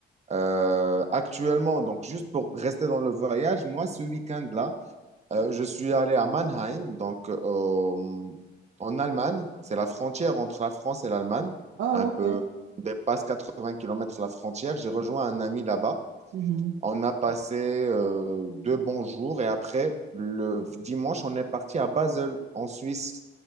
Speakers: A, on the right; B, on the right.
A: Euh, actuellement, donc juste pour rester dans le voyage, moi, ce week-end-là, euh, je suis allé à Mannheim, donc euh, au- en Allemagne. C'est la frontière entre la France et l'Allemagne.
B: Oh,
A: Un peu,
B: ok.
A: on dépasse 80 km la frontière. J'ai rejoint un ami là-bas.
B: Mhm.
A: On a passé euh, deux bons jours et après, le dimanche, on est parti à Basel, en Suisse.